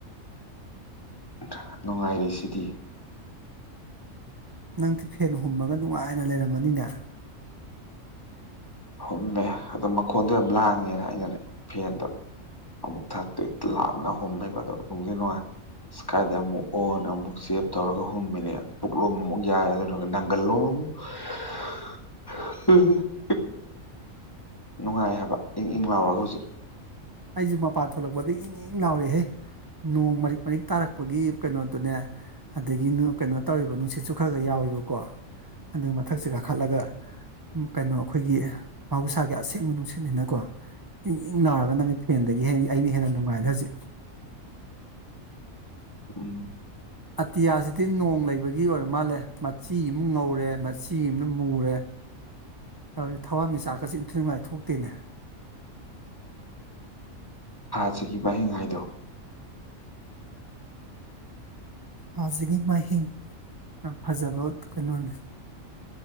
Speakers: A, on the left; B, on the right.
A: <unintelligible> ꯅꯨꯡꯉꯥꯏꯔꯤꯁꯤꯗꯤ
B: ꯅꯪꯗꯤ ꯐꯦꯟ ꯍꯨꯝꯃꯒ ꯅꯨꯡꯉꯥꯏꯅ ꯂꯩꯔꯝꯃꯅꯤꯅꯦ
A: ꯍꯨꯝꯃꯦ ꯑꯗꯨ ꯃꯈꯣꯟꯗꯣ ꯌꯥꯝ ꯂꯥꯡꯉꯦꯅ ꯑꯩꯅꯅꯦ ꯐꯦꯟꯗꯣ ꯑꯃꯨꯛ ꯊꯥꯛꯇꯣꯛꯑꯦ ꯂꯥꯞꯅ ꯍꯣꯝꯃꯦꯕ ꯑꯗꯣ ꯅꯨꯡꯗꯤ ꯅꯨꯡꯉꯥꯏ ꯁ ꯀꯥꯏꯗ ꯑꯃꯨꯛ ꯑꯣꯟ ꯑꯃꯨꯛ ꯆꯦꯞ ꯇꯧꯔꯒ ꯍꯨꯝ ꯃꯤꯅꯤ ꯄꯨꯛꯂꯣꯝ ꯑꯃꯨꯛ ꯌꯥꯏ ꯑꯗꯨꯗꯨꯒ ꯅꯪꯒꯜꯂꯣ <unintelligible> <unintelligible> ꯅꯨꯡꯉꯥꯏ ꯍꯥꯏꯕ ꯏꯪ ꯏꯪ ꯂꯥꯎꯔꯒ ꯍꯧꯖꯤꯛ
B: ꯑꯩꯖꯨ ꯃꯄꯥꯟ ꯊꯣꯛꯂꯛꯄꯗꯩ ꯏꯪ ꯏꯪ ꯂꯎꯔꯦꯍꯦ ꯅꯣꯡ ꯃꯔꯤꯛ ꯃꯔꯤꯛ ꯇꯥꯔꯛꯄꯒꯤ ꯀꯩꯅꯣꯗꯨꯅꯦ ꯑꯗꯒꯤ ꯀꯩꯅꯣ ꯇꯧꯋꯦ ꯅꯨꯡꯁꯤꯠꯁꯨ ꯈꯔ ꯈꯔ ꯌꯥꯎ ꯑꯣꯏꯕꯀꯣ ꯑꯗꯨ ꯃꯊꯛꯁꯦ ꯀꯥꯈꯠꯂꯒ ꯎꯝ ꯀꯩꯅꯣ ꯑꯩꯈꯣꯏꯒꯤ ꯃꯍꯧꯁꯥꯒꯤ ꯑꯁꯦꯡꯕ ꯅꯨꯡꯁꯤꯠꯅꯤꯅꯀꯣ ꯏꯪ ꯏꯪ ꯂꯥꯎꯔꯒ ꯅꯪꯒꯤ ꯐꯦꯟꯗꯒꯤ ꯍꯦ ꯑꯩꯅ ꯍꯦꯟꯅ ꯅꯨꯡꯉꯥꯏꯔꯦ ꯍꯧꯖꯤꯛ
A: ꯎꯝ
B: ꯑꯇꯤꯌꯥꯁꯤꯗꯤ ꯅꯣꯡ ꯂꯩꯕꯒꯤ ꯑꯣꯏꯔ ꯃꯥꯜꯂꯦ ꯃꯆꯤ ꯑꯃ ꯉꯧꯔꯦ ꯃꯆꯤ ꯑꯃꯅ ꯃꯨꯔꯦ
A: <inaudible>
B: ꯇꯧꯔꯤ ꯊꯋꯥꯟ ꯃꯤꯆꯥꯛꯀꯁꯤ ꯏꯊꯤꯉꯥꯏ ꯊꯣꯛꯇꯦꯅꯦ
A: ꯁꯤꯒꯤꯕꯥꯏꯍꯤꯡ ꯍꯥꯏꯗꯣ
B: ꯊꯥꯖꯒꯤ ꯃꯍꯤꯡ ꯌꯥꯝ ꯐꯖꯕ ꯀꯩꯅꯣꯅꯦ